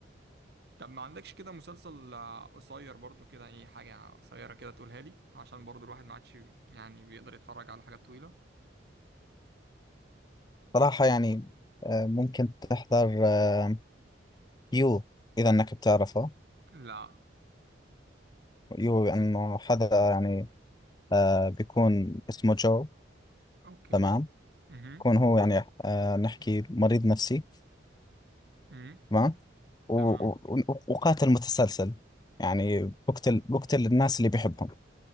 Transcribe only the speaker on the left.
صراحة يعني آه، ممكن تحضر آه، يو اذا انك بتعرفه
يو انه حدا يعني آه، بيكون اسمه جو
تمام
يكون هو يعني آه، نحكي مريض نفسي
تمام و-
و- وقاتل متسلسل يعني بقتل بقتل الناس اللي بيحبهم